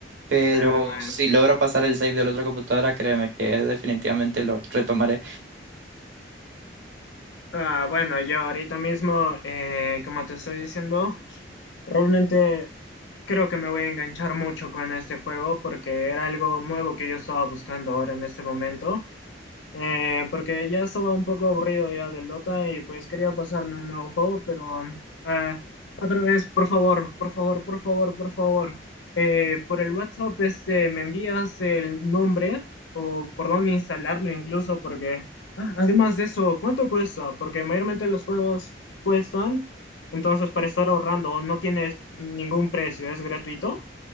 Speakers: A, on the right (about 85°); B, on the left (about 85°).
A: Pero
B: Ah, bueno.
A: si logro pasar el save de la otra computadora, créeme que definitivamente lo retomaré.
B: Ah, bueno, yo ahorita mismo, eh, como te estoy diciendo, realmente creo que me voy a enganchar mucho con este juego porque era algo nuevo que yo estaba buscando ahora en este momento. Eh, porque ya estaba un poco aburrido ya del Dota y pues quería pasarme un nuevo juego, pero ah, otra vez, por favor, por favor, por favor, por favor, eh, por el WhatsApp este, me envías el nombre o por dónde instalarlo incluso, porque Ah, Además de eso, ¿cuánto cuesta? Porque mayormente los juegos cuestan, entonces para estar ahorrando no tienes ningún precio, es gratuito,